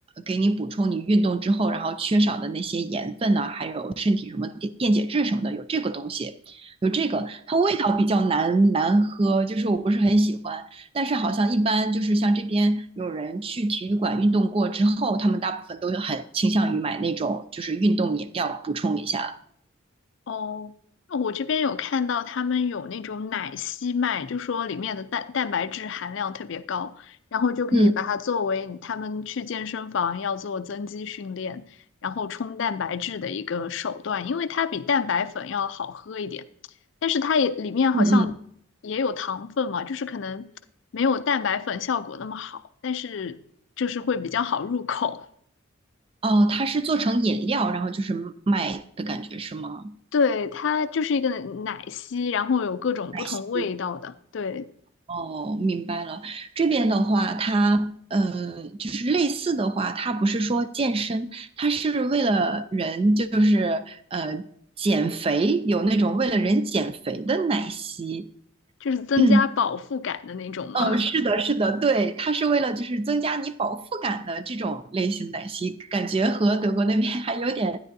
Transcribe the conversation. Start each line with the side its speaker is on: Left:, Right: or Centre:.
Right: 给你补充你运动之后然后缺少的那些盐分呐、还有身体什么电电解质什么的，有这个东西，有这个。它味道比较难难喝，就是我不是很喜欢。但是好像一般就是像这边有人去体育馆运动过之后，他们大部分都很倾向于买那种就是运动饮料补充一下。
Left: 哦，那我这边有看到他们有那种奶昔卖，就说里面的蛋蛋白质含量特别高，然后就可以把它作为他们去健身房要做增肌训练，
Right: 嗯
Left: 然后冲蛋白质的一个手段，因为它比蛋白粉要好喝一点，但是它也里面好像也有糖分嘛，
Right: 嗯嗯，
Left: 就是可能没有蛋白粉效果那么好，但是就是会比较好入口。<laughs>
Right: 哦，它是做成饮料，然后就是卖的感觉是吗？
Left: 对，它就是一个奶昔，然后有各种不同味道的，
Right: 奶昔。
Left: 对。
Right: 哦，明白了。这边的话，它呃，就是类似的话，它不是说健身，它是为了人就是呃减肥，有那种为了人减肥的奶昔。
Left: 就是增加饱腹感的那种吗？
Right: <clears throat> 嗯，是的，是的，对，它是为了就是增加你饱腹感的这种类型奶昔，感觉和德国那边还有点